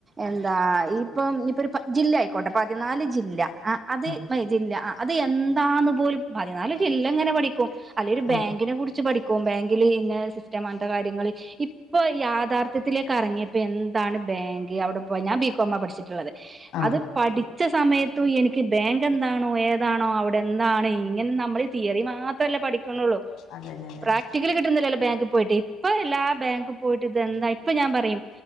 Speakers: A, on the right; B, on the left.
A: എന്താ ഇപ്പം ഇപ്പൊ ജില്ലായി കോട്ടപ്പാത്തി പതിനാല് ജില്ല ആ അത്
B: ആഹ്
A: ജില്ല ആ അത് എന്താന്ന് പോലും പതിനാല് ജില്ല ഇങ്ങനെ പഠിക്കും അല്ലെ ഒരു ബാങ്കിനെ
B: ആഹ്
A: കുറിച്ച് പഠിക്കും ബാങ്കിൽ ഇന്ന സിസ്റ്റം അങ്ങനെ ത്തെ കാര്യങ്ങളിൽ ഇപ്പൊ യാഥാർത്ഥ്യത്തിലേക്ക് ഇറങ്ങിയപ്പോ എന്താണ് ബാങ്ക് അവിടെ പോ ഞാൻ ബികോമ പഠിച്ചിട്ടുള്ളത്
B: ആഹ് ആഹ്
A: അത് പഠിച്ച സമയത്തും എനിക്ക് ബാങ്ക് എന്താണോ ഏതാണോ അവിടെ എന്താണ് ഇങ്ങനെ നമ്മൾ തിയറി മാത്രമല്ലേ പഠിക്കണള്ളൂ
B: അതന്നെ അതന്നെ
A: പ്രാക്ട കിട്ടുന്നില്ലല്ലോ ബാങ്ക് പോയിട്ട് ഇപ്പൊ എല്ലാ ബാങ്ക് പോയിട്ട് ഇത് എന്താ ഇപ്പൊ ഞാൻ പറയും